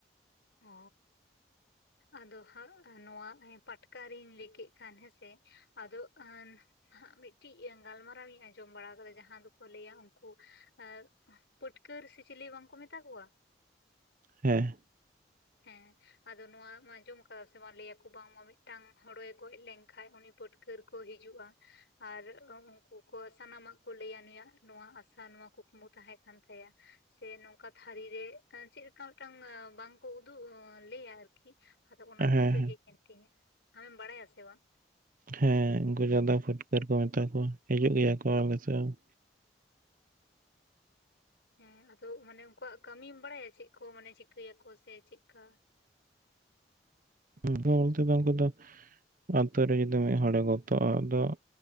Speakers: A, on the left; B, on the right.
A: ᱚᱻ ᱟᱫᱚ ᱦᱟᱸᱜ ᱱᱚᱣᱟ ᱯᱟᱴᱠᱟ ᱨᱤᱧ ᱞᱟᱹᱭ ᱠᱮᱫ ᱠᱷᱟᱱ ᱦᱮᱸᱥᱮ᱾ ᱟᱫᱚ ᱦᱟᱸ ᱦᱟᱸᱜ ᱢᱤᱫᱴᱤᱡ ᱜᱟᱞᱢᱟᱨᱟᱣ ᱤᱧ ᱟᱸᱡᱚᱢ ᱵᱟᱲᱟ ᱠᱟᱫᱟ ᱡᱟᱦᱟᱸ ᱫᱚᱠᱚ ᱞᱟᱹᱭᱟ ᱩᱱᱠᱩ ᱮ, ᱯᱟᱹᱴᱠᱟᱹᱨ ᱥᱮ ᱪᱤᱞᱤ ᱵᱟᱝᱠᱚ ᱢᱮᱛᱟ ᱠᱚᱣᱟ?
B: ᱦᱮᱸ᱾
A: ᱦᱮᱸ ᱟᱫᱚ ᱱᱚᱣᱟᱢ ᱟᱸᱡᱚᱢ ᱟᱠᱟᱫᱟ ᱥᱮ ᱵᱟᱝ ᱞᱟᱹᱭᱟᱠᱚ ᱵᱟᱝᱢᱟ ᱢᱤᱫᱴᱟᱝ ᱦᱚᱲᱚᱭ ᱜᱚᱡᱽ ᱞᱮᱱᱠᱷᱟᱡ ᱩᱱᱤ ᱯᱟᱹᱴᱠᱟᱹᱨ ᱠᱚ ᱦᱤᱡᱩᱜᱼᱟ᱾ ᱟᱨ ᱩᱱᱠᱩ ᱠᱚ ᱥᱟᱱᱟᱢᱟᱜ ᱠᱚ ᱞᱟᱹᱭᱟ ᱱᱩᱭᱟᱜ ᱱᱚᱣᱟ ᱟᱥᱟ ᱱᱚᱣᱟ ᱠᱩᱠᱢᱩ ᱛᱟᱦᱮᱸ ᱠᱟᱱ ᱛᱟᱭᱟ᱾ ᱥᱮ ᱱᱚᱝᱠᱟ ᱛᱷᱟᱹᱨᱤ ᱨᱮ ᱮᱸ ᱪᱮᱫᱞᱮᱠᱟ ᱢᱤᱫᱴᱟᱝ ᱵᱟᱝ ᱠᱚ ᱩᱫᱩᱜ ᱞᱟᱹᱭᱟ ᱟᱨᱠᱤ ᱟᱫᱚ ᱚᱱᱟ
B: ᱦᱮᱸ
A: ᱫᱤᱥᱟᱹ
B: ᱦᱮᱸ
A: ᱦᱮᱡᱽ ᱮᱱ ᱛᱤᱧᱟ, ᱟᱢᱮᱢ ᱵᱟᱲᱟᱭᱟ ᱥᱮ ᱵᱟᱝ?
B: ᱦᱮᱸ ᱩᱱᱠᱩ ᱡᱟᱫᱟ ᱯᱷᱩᱴᱠᱟᱹᱨ ᱠᱚ ᱢᱮᱛᱟ ᱠᱚᱣᱟ, ᱦᱤᱡᱩᱜ ᱜᱮᱭᱟ ᱠᱚ ᱟᱞᱮ ᱥᱮᱫ ᱦᱚᱸ
A: ᱦᱮᱸ ᱟᱫᱚ ᱢᱟᱱᱮ ᱩᱱᱠᱩᱣᱟᱜ ᱠᱟᱹᱢᱤᱢ ᱵᱟᱲᱟᱭᱟ ᱪᱮᱫ ᱠᱚ ᱢᱟᱱᱮ ᱪᱤᱠᱟᱹᱭᱟᱠᱚ ᱥᱮ ᱪᱮᱫᱠᱟ?
B: ᱩᱱᱠᱩ ᱵᱚᱞᱛᱮ ᱫᱚ ᱩᱱᱠᱩ ᱫᱚ, ᱟᱛᱳ ᱨᱮ ᱡᱩᱫᱤ ᱢᱤᱫ ᱦᱚᱲᱮ ᱜᱚᱛᱚᱼᱟ ᱟᱫᱚ